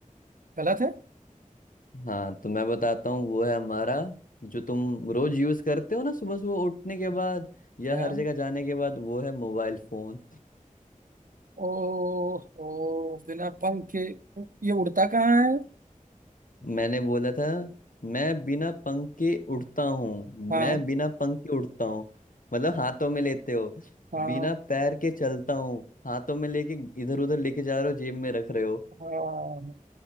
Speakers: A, on the right; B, on the left.
A: गलत है
B: हाँ तो मैं बताता हूँ वो है हमारा जो तुम रोज यूज करते हो ना सुबह सुबह उठने के बाद या
A: क्या
B: हर जगह जाने के बाद वो है मोबाइल फोन
A: ओ ओ बिना पंख के ये उड़ता कहाँ है
B: मैंने बोला था मैं बिना पंख के उड़ता हूँ
A: हाँ
B: मैं बिना पंख के उड़ता हूँ मतलब हाथों में लेते हो
A: हाँ
B: बिना पैर के चलता हूँ हाथों में लेके इधर उधर लेके जा रहे हो जेब में रख रहे हो
A: हाँ